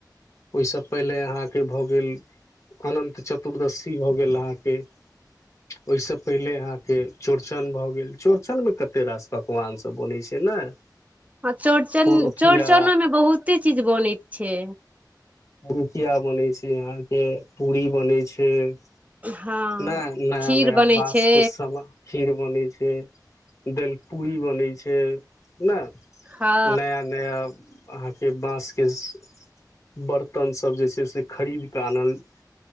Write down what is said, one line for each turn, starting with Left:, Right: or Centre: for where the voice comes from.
Left: ओहिसँ पहिले अहाँके भऽ गेल। अनंत चतुर्दशी भऽ गेल अहाँके। <unintelligible> ओहिसँ पहिले अहाँके चौड़चन भए गेल चौड़चन मे कते रास पकवान सब बनैत छै ने। <unintelligible> <inaudible>
Right: ह चौड़चन
Left: पुरुकिया
Right: चौड़चनो में बहुते चीज बनैत छै।
Left: पुरूकिया बनै छै अहाँके, पूरी बनै छै। <unintelligible>
Right: हँ
Left: नहि नया
Right: खीर
Left: -नया
Right: बनै
Left: बाँसके
Right: छै
Left: समान। <unintelligible> खीर बनै छै, दालि पूरी बनै छै। <unintelligible> ने
Right: हँ
Left: नया- नया अहाँके बाँसके। <unintelligible> बर्तनसभ जे छै से, खरीद कऽ आनल। <unintelligible>